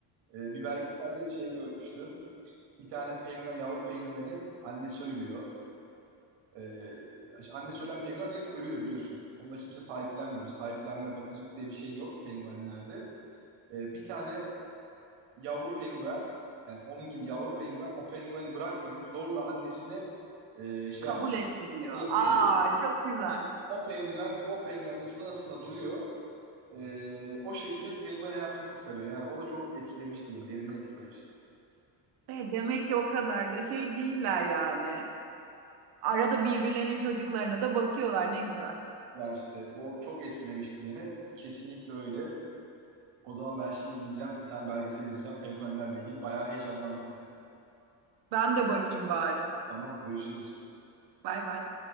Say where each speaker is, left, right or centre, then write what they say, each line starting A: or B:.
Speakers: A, on the right; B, on the right.
A: Ee, bir belgeselde de şey görmüştüm. Bir tane penguen, yavru penguenin annesi ölüyor. Ee, annesi ölen penguen direkt ölüyor biliyorsun. Onda kimse sahiplenmiyor. Öyle Sahiplenme, bakıcılık diye bir şey yok penguenlerde. Ee, bir tane yavru penguen, yani onun gibi yavru penguen o pengueni bırakmıyor. Zorla annesine e, şey
B: Kabul
A: yaptırıyor.
B: ettiriyor.
A: Kabul ettiriyor.
B: Aa, çok güzel.
A: Bir o penguen, bir o penguen ısına ısına duruyor. Ee, o şekilde penguen hayatını kurtarıyor. Yani o da çok etkilemişti beni, derinden etkilemişti.
B: E, demek ki o kadar da şey değiller yani. Arada birbirlerinin çocuklarına da bakıyorlar. Ne güzel.
A: Ya işte o çok etkilemişti beni. Kesinlikle öyle. O zaman ben şimdi gideceğim bir tane belgesel izleyeceğim. Penguenlerle ilgili bayağı heyecanlandım yani.
B: Ben de bakayım bari.
A: Tamam görüşürüz.
B: Bay bay.